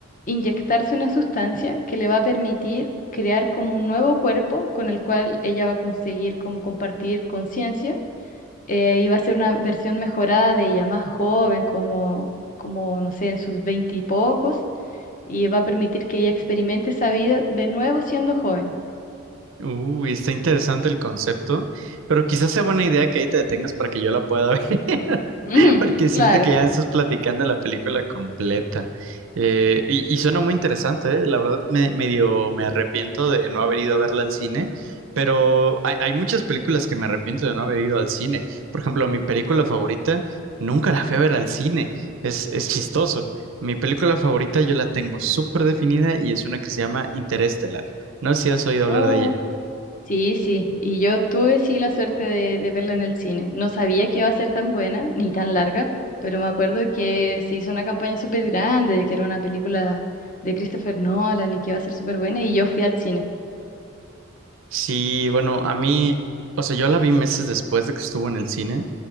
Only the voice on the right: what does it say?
Uy, está interesante el concepto, pero quizás sea buena idea que ahí te detengas para que yo la pueda <laughs> ver. <laughs>
Porque
siento que ya estás platicando la película completa. Eh, y, y suena muy interesante, ¿eh? La verdad me, medio me arrepiento de no haber ido a verla al cine, pero hay, hay muchas películas que me arrepiento de no haber ido al cine. Por ejemplo, mi película favorita nunca la fui a ver al cine. Es, es chistoso. Mi película favorita yo la tengo súper definida y es una que se llama Interestelar. No sé si has oído
hablar de ella.
Sí, bueno, a mí, o sea, yo la vi meses después de que estuvo en el cine.